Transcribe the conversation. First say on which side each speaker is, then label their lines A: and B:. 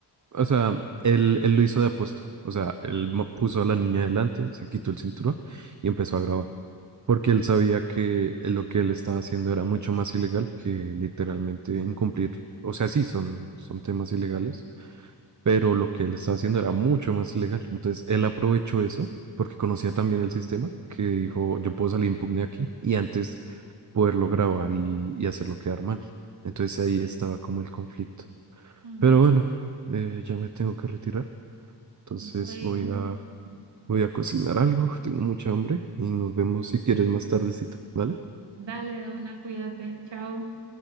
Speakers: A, on the right (about 45°); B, on the right (about 85°).
A: O sea, él, él lo hizo de aposta. O sea, él mo- puso a la niña delante, se quitó el cinturón y empezó a grabar. Porque él sabía que lo que él estaba haciendo era mucho más ilegal que literalmente incumplir. O sea, sí, son, son temas ilegales, pero lo que él estaba haciendo era mucho más ilegal. Entonces, él aprovechó eso porque conocía también el sistema, que dijo, yo puedo salir impugne aquí y antes poderlo grabar y, y hacerlo quedar mal. Entonces ahí estaba como el conflicto.
B: Mm,
A: Pero bueno, eh, ya me tengo que retirar. Entonces
B: Bueno,
A: voy a,
B: <laughs>
A: voy a cocinar algo. Tengo mucha hambre y nos vemos si quieres más tardecito, ¿vale?
B: dale de una, cuídate, chao.